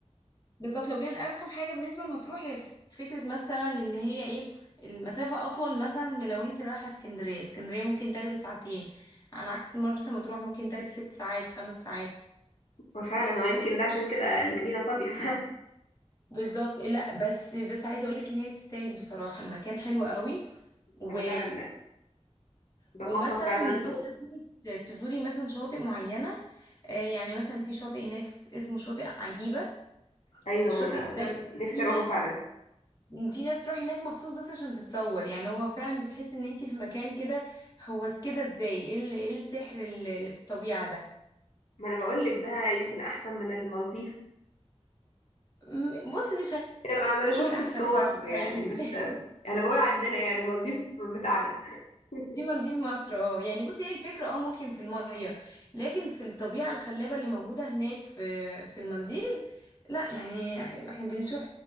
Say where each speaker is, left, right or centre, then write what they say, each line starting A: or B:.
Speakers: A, on the left (about 35°); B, on the left (about 75°).
A: بالظبط لو جينا لأرخم حاجة بالنسبة لمطروح هي ف- فكرة مثلا ان هي ايه المسافة اطول مثلا من لو انت رايحة اسكندرية اسكندرية ممكن تاخدي ساعتين على عكس مرسى مطروح ممكن تاخدي ست ساعات خمس ساعات
B: وفعلا هو يمكن ده عشان كده المدينه فاضيه <laughs>
A: بالظبط لا بس بس عايزة اقولك ان هي تستاهل بصراحة المكان حلو قوي و...
B: انا فعلا بخطط
A: ومثلا
B: فعلا
A: لو
B: إن أروح.
A: انت هتروحي تزوري مثلا شواطئ معينة آه، يعني مثلا في شاطئ هناك اسمه شاطئ عجيبة
B: ايوه
A: الشاطئ
B: ما انا ده
A: ده
B: اللي نفسي
A: في
B: اروحه
A: ناس
B: فعلا
A: في ناس تروح هناك مخصوص بس عشان تتصور يعني هو فعلا بتحس ان انتي في مكان كده هو كده ازاي ايه ال- إيه السحر اللي اللي في الطبيعة ده
B: ما انا بقول لك ده يمكن احسن من المالديف
A: م- بص مش
B: ما انا
A: هنقول
B: شفت
A: احسن
B: الصور
A: خلينا واقعيين
B: يعني مش
A: <laughs>
B: انا بقول عندنا يعني المالديف بتاعنا <laughs>
A: دي مالديف مصر اه يعني بصي هي الفكرة اه ممكن في المية لكن في الطبيعة الخلابة اللي موجودة هناك في في المالديف لا يعني احنا بنشوف